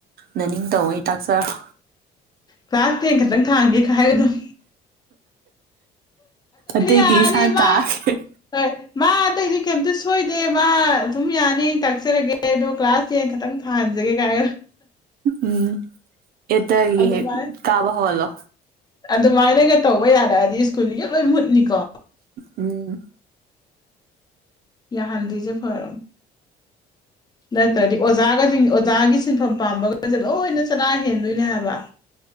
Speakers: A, on the right; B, on the left.
A: ꯅꯅꯤꯡ ꯇꯧꯒꯩ ꯇꯥꯛꯆꯔꯣ
B: ꯀ꯭ꯂꯥꯁ ꯇꯦꯟ ꯈꯛꯇꯪ ꯊꯥꯡꯒꯦꯒ ꯍꯥꯏꯒꯗꯕꯅꯦ
A: ꯑꯇꯩꯗꯤ
B: ꯌꯥꯔꯅꯤ
A: ꯏꯁꯥꯅ
B: ꯃꯥ
A: ꯇꯥꯛ ꯑꯒꯦ
B: ꯍꯣꯏ ꯃꯥ ꯑꯇꯩꯗꯤ ꯀꯩꯝꯇ ꯁꯣꯏꯗꯦ ꯃꯥ ꯑꯗꯨꯝ ꯌꯥꯅꯤ ꯑꯩ ꯇꯥꯛꯆꯔꯒꯦ ꯑꯦꯗꯣ ꯀ꯭ꯂꯥꯁ ꯇꯦꯟ ꯈꯛꯇꯪ ꯊꯥꯍꯟꯖꯒꯦ ꯀꯥꯏ
A: ꯎꯝ ꯑꯦꯠꯇꯒꯤ
B: ꯑꯗꯨꯃꯥꯏ
A: ꯀꯥꯕ ꯍꯧꯍꯟꯂꯣ
B: ꯑꯗꯨꯃꯥꯏꯅꯒ ꯇꯧꯕ ꯌꯥꯔꯛꯑꯗꯤ ꯁ꯭ꯀꯨꯜꯗꯨꯒ ꯂꯣꯏ ꯃꯨꯠꯅꯤꯀꯣ
A: ꯎꯝ
B: ꯌꯥꯍꯥꯟꯗꯔ꯭ꯤꯁꯦ ꯐꯔꯕꯅꯦ ꯅꯠꯇ꯭ꯔꯗꯤ ꯑꯣꯖꯥꯒ ꯑꯣꯖꯥꯒꯤ ꯁꯤꯟꯐꯝ ꯄꯥꯝꯕꯒꯁꯦ ꯂꯣꯏꯅ ꯆꯅꯥ ꯍꯦꯟꯗꯣꯏꯅꯦ ꯍꯥꯏꯕ